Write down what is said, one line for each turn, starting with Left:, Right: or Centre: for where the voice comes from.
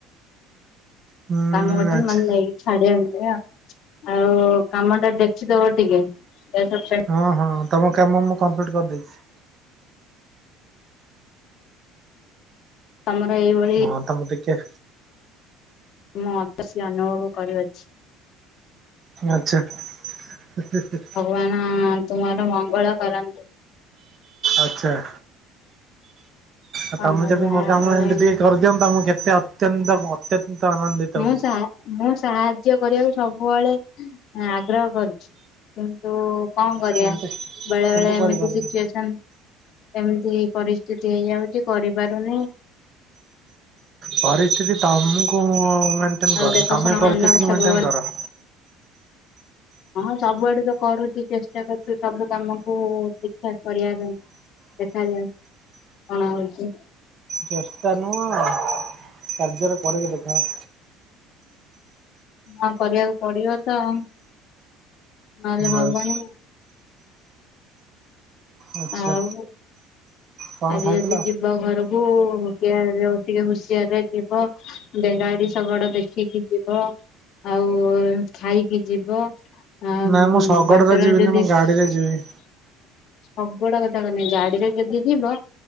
Right: ହୁଁ
Left: କାମ କର୍ଚନ୍ତି
Right: ଆଚ୍ଛା
Left: ମାନେ ନେଇ ଛାଡି ଆଇଲି ଆଉ ଆଉ-ଉ କାମ ଟା ଦେଖିଦବ ଟିକେ ଦେଖେ ପେ
Right: ହଁ ହଁ ତମ କାମ ମୁଁ କମ୍ପ୍ଲିଟ୍ କରିଦେଚି।
Left: ତମର ଏଇବଳି
Right: ହଁ ତ ମୁ ଟିକେ
Left: ମୋତ ସିଏ ଅନୁଭବ କରିଅଛି।
Right: ଆଚ୍ଛା ହେ ହେ ହେ
Left: ଭଗବାନ ତୁମର ମଙ୍ଗଳ କରନ୍ତି।
Right: ଆଚ୍ଛା। ଆ
Left: କଣ
Right: ତମେ
Left: କରିବା
Right: ଯଦି ମୋ କାମ
Left: ଆଉ
Right: ଏମିତି ଟିକେ କରିଦିଅନ୍ତ ମୁଁ କେତେ ଅତ୍ୟନ୍ତ ମୁ ଅତ୍ୟତ ଆନନ୍ଦିତ
Left: ମୁଁ
Right: ହୁଅ
Left: ସା ମୁଁ ସାହାଯ୍ୟ କରିଆକୁ ସବୁଅଳେ ଏଁ-ଆଗ୍ରହ କରୁଛି, କିନ୍ତୁ-ଉ କଁ
Right: ହୁଅନ୍ତି।
Left: କରିଆ
Right: କିନ୍ତୁ
Left: ବେଳେ
Right: କିନ୍ତୁ
Left: ବେଳେ ଏମିତି
Right: କରିପାରୁନି।
Left: ସିଚୁଏସନ୍ ଏମିତି ପରିସ୍ଥିତି ହେଇଯାଉଚି କରିପାରୁନି।
Right: ପରିସ୍ଥିତି ତମୁକୁ ମୁଁ ମେଣ୍ଟେନ
Left: ଆଉ
Right: କର୍
Left: ଦେଖ
Right: ତମେ
Left: ଶୁଣ ହେଲା
Right: ପରିସ୍ଥିତିକି
Left: ବୈଶାଖ
Right: ମେଣ୍ଟେନ କର।
Left: ହଁ ସବୁଆଡୁ ତ କରୁଚି ଚେଷ୍ଟା କରୁଚୁ ସବୁ କାମକୁ-ଉ ଠିକ୍ ଠାକ୍ କରିଆ ପାଇଁ। ଦେଖାଯାଉ, କଣ ହଉଚି?
Right: ଚେଷ୍ଟା ନୁଅଁ-ଅ କାର୍ଯ୍ୟରେ କରିକି ଦେଖାଅ।
Left: ହଁ କରିଆକୁ ପଡିବ ତ ଆଉ। ନହେଲେ
Right: ବାସ୍
Left: ହବନି।
Right: ଆଚ୍ଛା
Left: ଆଉ
Right: କଣ
Left: ଆଜି
Right: ଖାଇଥିଲ?
Left: ଯଦି ଯିବ୍ ବ ଘରକୁ-ଉ କେୟାରରେ ଟିକେ ହୁସିିଆରରେ ଯିବ ଡେଙ୍ଗାଡି ଶଗଡ ଦେଖିକି ଯିବ। ଆଉ ଉ ଖାଇକି ଯିବ। ଆ
Right: ନାଁ ମୁଁ ଶଗଡ଼ରେ
Left: ବାଟରେ
Right: ଯିବିନି,
Left: ଯଦି
Right: ମୁଁ ଗାଡିରେ ଯିବି।
Left: ଶଗଡ କଥା କହୁନି, ଗାଡିରେ ଯେଦି ଯିବ